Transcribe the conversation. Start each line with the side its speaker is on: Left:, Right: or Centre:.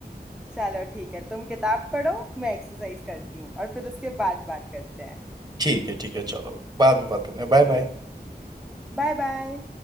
Centre: चलो ठीक है तुम किताब पढ़ो मैं एक्सरसाइज करती हूँ और फिर उसके बाद बात करते हैं
Right: ठीक है ठीक है चलो बाद में बात करते हैं बाय बाय
Centre: Bye bye